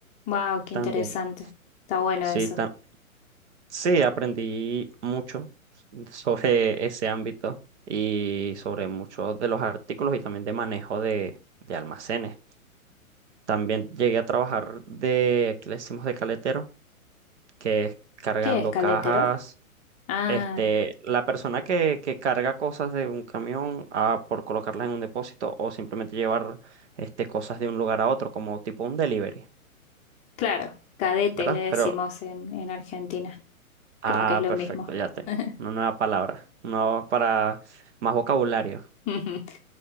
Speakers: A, on the left; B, on the right.
A: Wow, qué
B: También.
A: interesante. Está bueno
B: Sí,
A: eso.
B: tam- sí, aprendí mucho <laughs> sobre ese ámbito y sobre muchos de los artículos y también de manejo de, de almacenes. También llegué a trabajar de, aquí le decimos de caletero, que es cargando
A: ¿Qué es cadetero?
B: cajas
A: Ah,
B: Este, la persona que, que carga cosas de un camión a, por colocarlas en un depósito o simplemente llevar este, cosas de un lugar a otro, como tipo un delivery,
A: claro, cadete
B: ¿verdad?
A: le decimos
B: Pero, Exactamente.
A: en, en Argentina.
B: ah,
A: Creo que es lo
B: perfecto,
A: mismo.
B: ya tengo
A: <laughs>
B: una nueva palabra, no para más vocabulario.
A: <laughs>